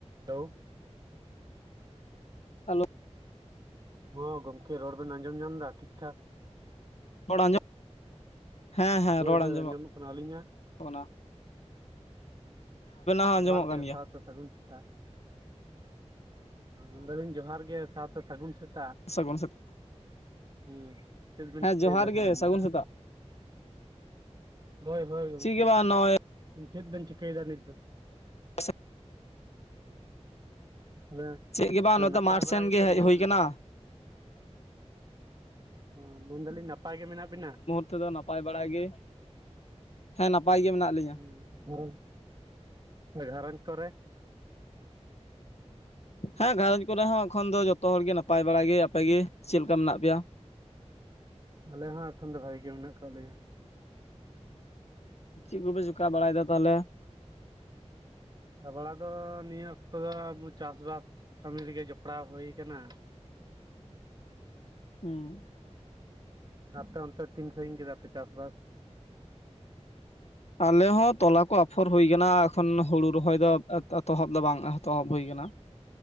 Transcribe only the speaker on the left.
ᱦᱮᱞᱳ ᱾
ᱨᱚᱲ ᱟᱸᱡᱚᱢ ᱦᱮᱸ ᱦᱮᱸ
ᱨᱚᱲ
ᱟᱸᱡᱚᱢᱚᱜ
ᱠᱟᱱᱟ ᱾ ᱦᱚᱸ
ᱟᱸᱡᱚᱢᱚᱜ
ᱠᱟᱱ ᱜᱮᱭᱟ
ᱥᱟᱹᱜᱩᱱ ᱥᱮᱛᱟᱜ
ᱦᱮᱸ
ᱡᱚᱦᱟᱨ
ᱜᱮ
ᱥᱟᱹᱜᱩᱱ ᱥᱮᱛᱟᱜ
ᱪᱮᱫ ᱜᱮ ᱵᱟᱝ ᱱᱚᱜᱼᱚᱭ
<unintelligible>
ᱪᱮᱫ ᱜᱮ ᱵᱟᱝ ᱱᱚᱛᱮ
ᱢᱟᱴᱷ
ᱥᱮᱱ
ᱜᱮ ᱦᱮᱡ
ᱦᱩᱭ ᱠᱟᱱᱟ
ᱱᱤᱛᱚᱜ ᱫᱚ ᱱᱟᱯᱟᱭ ᱵᱟᱲᱟᱭ ᱜᱮ ᱦᱮᱸ ᱱᱟᱯᱟᱭ ᱜᱮ ᱢᱮᱱᱟᱜ ᱞᱮᱭᱟ
ᱦᱮᱸ ᱜᱸᱷᱟᱨᱚᱡᱽᱨᱮ ᱦᱚᱸ ᱮᱠᱷᱚᱱ ᱫᱚ ᱡᱚᱛᱚ ᱦᱚᱲ ᱜᱮ ᱱᱟᱯᱟᱭ ᱵᱟᱲᱟᱭ ᱜᱮ ᱟᱯᱮ ᱜᱮ ᱪᱮᱫ ᱞᱮᱠᱟ ᱢᱮᱱᱟᱜ ᱯᱮᱭᱟ
ᱪᱮᱫ ᱠᱚᱯᱮ ᱪᱤᱠᱟᱹ ᱵᱟᱲᱟᱭ ᱫᱟ ᱛᱟᱦᱚᱞᱮ
ᱦᱩᱸ
ᱟᱞᱮᱦᱚ ᱛᱚᱞᱟ ᱠᱚ ᱟᱯᱷᱚᱨ ᱦᱩᱭ ᱠᱟᱱᱟ ᱮᱠᱷᱚᱱ ᱦᱩᱲᱩ ᱨᱚᱦᱚᱭ ᱫᱚ ᱮᱛᱚᱦᱚᱵ ᱫᱚ ᱵᱟᱝ ᱮᱛᱚᱦᱚᱵ ᱦᱩᱭᱩ ᱟᱠᱟᱱᱟ